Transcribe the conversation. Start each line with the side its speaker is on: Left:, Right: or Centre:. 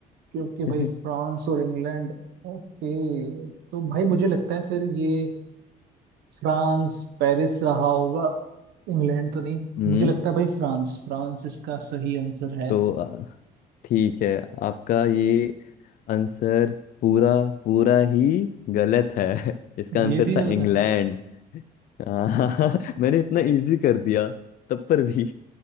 Right: क्योंकि
Left: <laughs>
Right: भाई
Left: हम्म
Right: फ्रांस और इंग्लैंड ओके तो भाई मुझे लगता है फिर ये फ्रांस पेरिस रहा होगा इंग्लैंड तो नहीं
Left: हम्म
Right: मुझे लगता है भाई फ्रांस फ्रांस इसका सही आंसर है
Left: तो अ, ठीक है आपका ये आंसर पूरा पूरा ही गलत है <laughs> इसका
Right: ये
Left: आंसर
Right: भी गलत
Left: था इंग्लैंड
Right: है
Left: हाँ, मैंने इतना इजी कर दिया तब पर भी